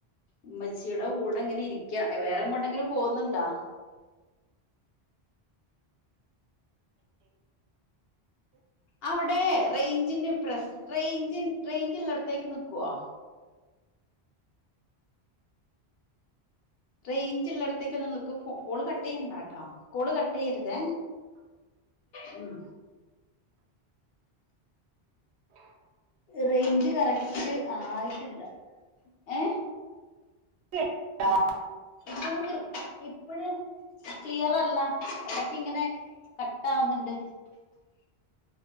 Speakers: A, on the left; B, on the right.
A: ഉമ്മച്ചി ചീടെ കൂടെ ഇങ്ങനെ ഇരിക്ക വേറെങ്ങോട്ടെങ്കിലും പോകുന്നുണ്ടോ അവിടെ റേഞ്ചിന്റെ പ്രശ്ന റേഞ്ചി റേഞ്ച് ഉള്ളിടത്തേക്ക് നിക്കുവോ റേഞ്ചിള്ളടത്തേക്ക് ഒന്ന് നിക്ക് കോള് കട്ട് ചെയ്യണ്ടട്ടോ കോള് കട്ട് ചെയ്യരുതേ ഉം
B: ഉ <inaudible>
A: റേഞ്ച് കറക്റ്റ് ആയിട്ടില്ല ഏ
B: ആ
A: ഇപ്പോഴും ഇപ്പഴും കിർ ക്ലിയർല്ല ഇടക്കിങ്ങനെ കട്ടാവുന്നുണ്ട്